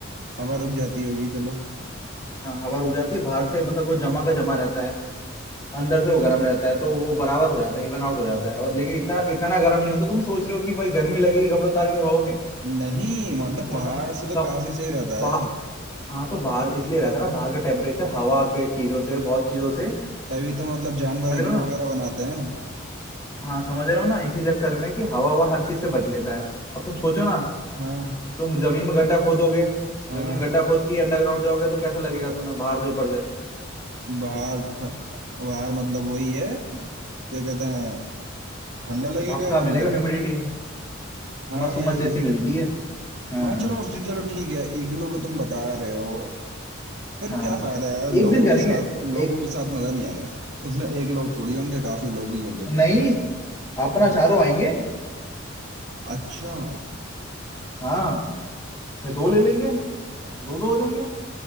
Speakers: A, on the right; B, on the left.
A: हवा रुक जाती होगी चलो
B: हाँ हवा रुक जाती है बाहर से मतलब वो जमा का जमा रहता है अंदर से वो गर्म रहता है तो वो बराबर हो जाता है इवन आउट हो जाता है और लेकिन इतना इतना गर्म नहीं होता तुम सोच रहे हो कि भाई गर्मी लगेगी कपड़े उतार के रहोगे
A: नहीं मतलब
B: सोना
A: पहाड़ से तो
B: कप
A: काफी सही रहता
B: बाहर
A: है
B: हाँ तो बाहर इसलिए रहता है ना बाहर का टेम्परेचर हवा के चीजों से बहुत चीजों से
A: तभी तो मतलब जानवर
B: समझ
A: इग्लू
B: रहे हो ना
A: वगैरह बनाते हैं
B: हाँ समझ रहे हो ना इसी चक्कर में कि हवा हवा हर चीज से बच लेता है अब तुम सोचो ना
A: हाँ
B: तुम जमीन में गड्ढा खोदोगे
A: हाँ
B: जमीन में गड्ढा खोद के अंडरग्राउंड जाओगे तो कैसा लगेगा तुम्हें बाहर से ऊपर से
A: बाहर ठंड- बाहर मतलब वही है क्या कहते हैं ठंडा लगेगा
B: भाप का
A: अंदर
B: मिलेगा ह्यूमिडिटी
A: गर्मी हाँ
B: मस्त
A: यही
B: उम्मस जैसी
A: है
B: मिलती है हाँ
A: मैं चलो चलो ठीक है इग्लू पे तुम बता रहे हो फिर
B: हाँ
A: क्या फायदा यार
B: एक
A: लोगों
B: दिन करेंगे
A: के साथ लोगों
B: एक
A: के साथ मजा नहीं आएगा फिर उसमें एक लोग थोड़ी होंगे काफी लोग ही होंगे फिर
B: नहीं
A: तो
B: अपना
A: और
B: चारों आएंगे
A: अच्छा
B: हाँ या दो ले लेंगे दो दो हो जाएंगे